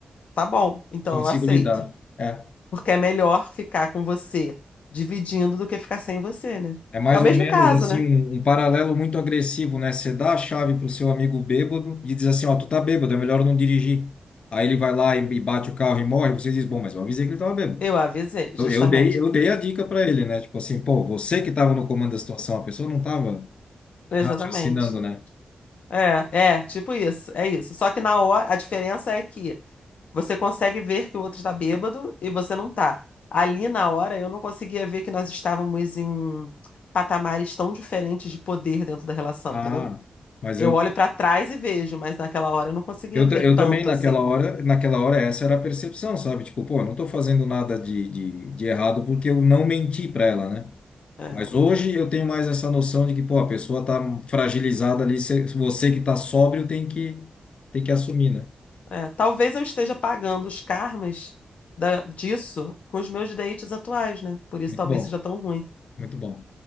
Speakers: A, on the left (about 65°); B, on the left (about 45°).
A: tá bom, então
B: consigo
A: eu aceito,
B: lidar. É,
A: porque é melhor ficar com você dividindo do que ficar sem você, né?
B: é mais
A: É o mesmo
B: ou menos
A: caso,
B: assim
A: né?
B: um, um paralelo muito agressivo, né? Você dá a chave pro seu amigo bêbado e diz assim, ó, tu tá bêbado, é melhor não dirigir. Aí ele vai lá e, e bate o carro e morre, você diz, bom, mas eu avisei que ele estava bêbado.
A: Eu avisei, justamente.
B: Eu, eu dei, eu dei a dica para ele, né? Tipo assim, pô, você que estava no comando da situação, a pessoa não estava
A: Exatamente.
B: raciocinando, né?
A: É, é, tipo isso, é isso. Só que na hora, a diferença é que você consegue ver que o outro tá bêbado e você não tá. Ali na hora eu não conseguia ver que nós estávamos em patamares tão diferentes de poder dentro da relação,
B: Ah,
A: entendeu?
B: mas
A: Eu
B: eu,
A: olho pra trás e vejo, mas naquela hora eu não conseguia
B: eu,
A: ver
B: ta- eu
A: tanto
B: também naquela
A: assim.
B: hora, naquela hora essa era a percepção, sabe? Tipo, pô, eu não estou fazendo nada de, de, de errado porque eu não menti para ela, né?
A: É,
B: Mas hoje eu tenho mais essa noção de que, pô, a pessoa tá fragilizada ali, se- você que tá sóbrio tem que tem que assumir, né?
A: é. Talvez eu esteja pagando os karmas da- disso com os meus dates atuais, né? Por isso
B: Muito
A: talvez
B: bom,
A: seja tão ruim.
B: muito bom.